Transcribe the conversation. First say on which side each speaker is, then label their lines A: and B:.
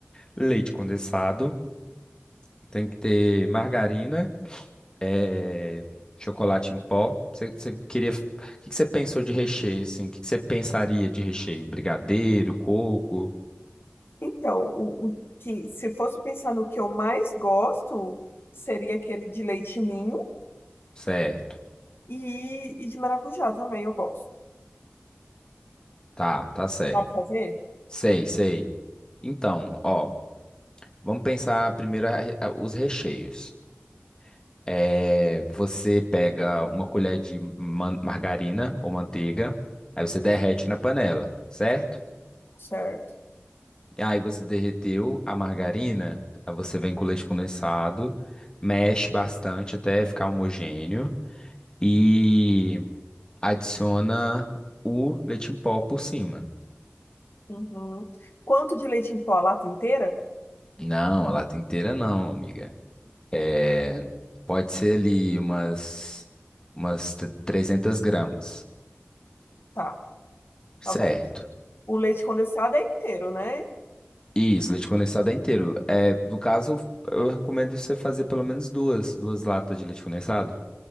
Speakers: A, on the left; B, on the left.
A: leite condensado, tem que ter margarina. é, chocolate em pó. Você você queria. O que que você pensou de recheio, assim? O que que você pensaria de recheio? Brigadeiro, coco?
B: Então, o, o que, se fosse pensar no que eu mais gosto, seria aquele de leite ninho
A: Certo.
B: e, e de maracujá também eu gosto.
A: Tá, tá certo.
B: Sabe fazer?
A: Sei, sei. Então, ó, vamos pensar primeiro a- a- os recheios. É, você pega uma colher de man- margarina ou manteiga, aí você derrete na panela, certo?
B: Certo.
A: Aí você derreteu a margarina, aí você vem com o leite condensado, mexe bastante até ficar homogêneo e adiciona o leite em pó por cima.
B: Uhum. Quanto de leite em pó? A lata inteira?
A: Não, a lata inteira não, amiga. É, pode ser ali umas, umas tre- 300 gramas,
B: Tá,
A: certo?
B: tá bom. O leite condensado é inteiro, né?
A: Isso, leite condensado é inteiro. É, no caso, eu recomendo você fazer pelo menos duas, duas latas de leite condensado.